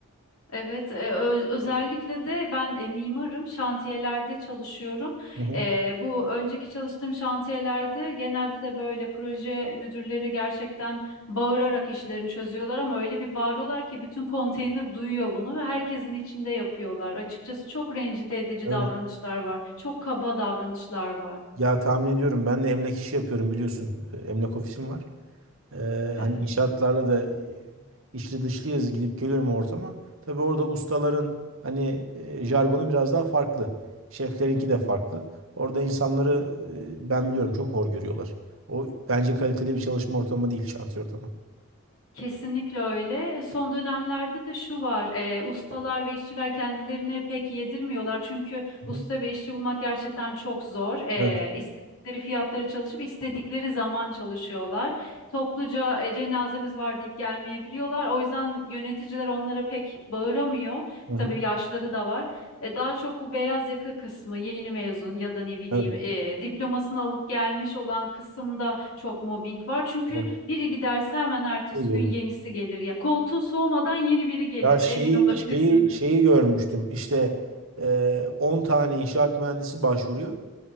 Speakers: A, on the left (about 75°); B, on the right (about 65°).
A: Evet, e, ö- özellikle de ben e, mimarım, şantiyelerde çalışıyorum.
B: Hı hı.
A: E, bu önceki çalıştığım şantiyelerde genelde de böyle proje müdürleri gerçekten bağırarak işlerini çözüyorlar ama öyle bir bağırıyorlar ki bütün konteyner duyuyor bunu ve herkesin içinde yapıyorlar. Açıkçası çok rencide edici
B: Evet.
A: davranışlar var, çok kaba davranışlar var.
B: Ya tahmin ediyorum ben de emlak işi yapıyorum biliyorsun. E, Emlak ofisim var. Ee,
A: Evet.
B: hani inşaatlarda da içli dışlıyız gidip geliyorum ortama. Tabii orada ustaların hani e, jargonu biraz daha farklı. Şeflerinki de farklı. Orada insanları e, ben biliyorum çok hor görüyorlar. O bence kaliteli bir çalışma ortamı değil şantiye ortamı.
A: Kesinlikle öyle. E, Son dönemlerde de şu var, e, ustalar ve işçiler kendilerini pek yedirmiyorlar çünkü usta
B: Hı hı.
A: ve işçi bulmak gerçekten çok zor. E,
B: Evet.
A: istedikleri fiyatları çalışıp istedikleri zaman çalışıyorlar. Topluca e, cenazemiz var deyip gelmeyebiliyorlar. O yüzden yöneticiler onlara pek bağıramıyor.
B: Hı hı.
A: Tabii yaşları da var. E, daha çok bu beyaz yaka kısmı, yeni mezun ya da ne bileyim
B: Evet.
A: e, diplomasını alıp gelmiş olan kısımda çok mobbing var. Çünkü
B: evet.
A: biri giderse hemen ertesi
B: İyi görüyoruz.
A: gün yenisi gelir ya. Koltuğu soğumadan yeni biri gelir,
B: Ya şeyi
A: emin olabilirsin.
B: şeyi şeyi görmüştüm. İşte e, 10 tane inşaat mühendisi başvuruyor.